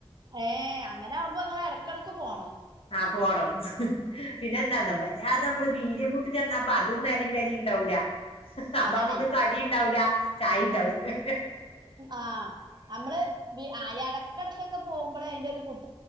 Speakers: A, on the right; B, on the left.
A: ഏ അങ്ങനെ അവുമ്പോ ഇങ്ങള് എട്കെട്ക്ക് പോണം
B: ആ പോണം ഹഹ് പിന്നെ എന്താന്നോ വല്ലാതെ മ്മള് വീര്യം മുട്ടി ചെന്നപ്പ അതു <unintelligible> നെല്ലി വെലിം ഉണ്ടാവൂല അപ്പോ
A: അതാണേ
B: മ്മക്ക് കടി ണ്ടാവൂല ചായ ഉണ്ടാവൂലാ ഹ ഹ
A: ആ അമ്മള് വി ആ എട്കെട്കോകെ പോമ്പോളെ അതിന്റെ ഒരു ബുതി